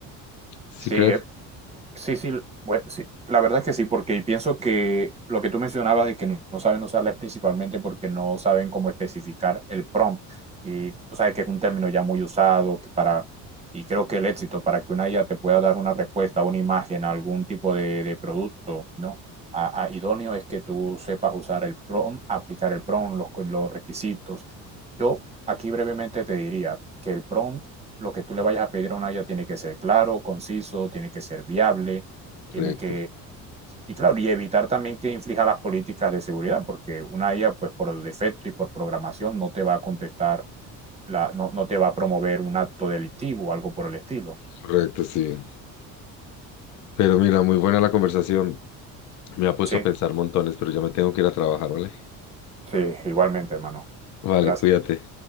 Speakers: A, on the left; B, on the right.
A: ¿Sí
B: Sí,
A: crees?
B: eh, sí, sí, bue- sí, la verdad es que sí, porque pienso que lo que tú mencionabas de que no no saben usarla es principalmente porque no saben cómo especificar el prompt. Y tú sabes que es un término ya muy usado que para, y creo que el éxito para que una IA te pueda dar una respuesta, una imagen, algún tipo de, de producto, ¿no? A, a- idóneo es que tú sepas usar el prompt, aplicar el prompt, los, los requisitos. Yo aquí brevemente te diría que el prompt lo que tú le vayas a pedir a una IA tiene que ser claro, conciso, tiene que ser viable,
A: Correcto,
B: tiene que... Y claro, y evitar también que inflija las políticas de seguridad, porque una IA, pues por defecto y por programación, no te va a contestar, la, no, no te va a promover un acto delictivo o algo por el estilo.
A: correcto, sí. Pero mira, muy buena la conversación. Me ha puesto
B: Sí,
A: a pensar montones, pero ya me tengo que ir a trabajar, ¿vale?
B: sí, igualmente, hermano.
A: Vale,
B: Gracias.
A: cuídate.